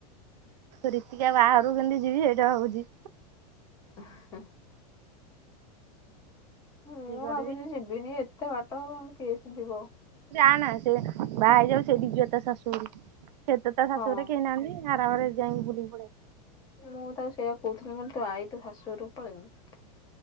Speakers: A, on the right; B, on the left.
A: ରୀତିକା ବାହାରୁକୁ କେମିତି ଯିବି ସେଇଟା ଭାବୁଚି।
B: <unintelligible> ମୁଁ
A: ଇଏ କରିବି
B: ଭାବୁଚି ଯିବିନି ଏତେ ବାଟ କିଏସେ ଯିବ।
A: ଯାଆନା ସେ ବାହା ହେଇଯାଉ ସେଦି୍ୟ ତା ଶାଶୁଘରକୁ ସିଇତ ତା ଶାଶୁଘରେତ
B: ହଁ
A: କେହି ନାହାନ୍ତି। ଆରାମରେ ଯାଇକି ବଲିକି ପଳେଇ
B: ମୁଁ ତାକୁ ସେଇଆ କହୁଥିଲି କହିଲି ତୁଆଈ ତ ଶାଶୁଘରକୁ ପଳେଇମି